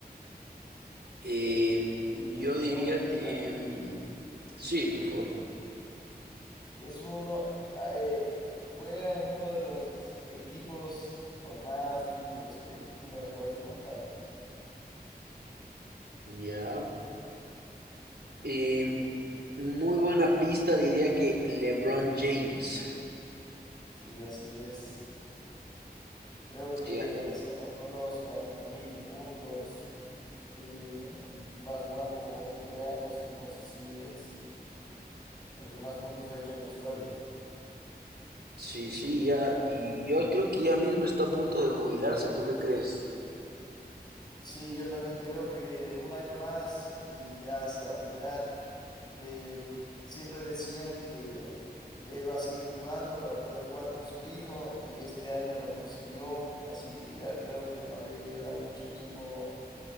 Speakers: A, on the right; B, on the left.
A: Eh, yo
B: ¿Quieres que
A: diría
B: te dé una pista?
A: que... mm, Sí, por favor.
B: Es uno, ah, eh, juega en uno de los equipos con más títulos que tú me acabas de comentar.
A: Ya. Eh, muy buena pista diría que LeBron James.
B: Sí, así es. Creo que
A: Sí, ya-
B: recién pasó los cuarenta mil puntos. eh, va jugando como 20 años, entonces sí es el que más puntos ha hecho en la historia.
A: sí, sí, ya. Y yo creo que ya mismo está a punto de jubilarse. ¿Tú qué crees?
B: Sí, yo también creo que un año más y ya se va a retirar. Eh, siempre decían que él va a seguir jugando para poder jugar con su hijo y este año lo consiguió, así que ya creo que no le queda mucho tiempo,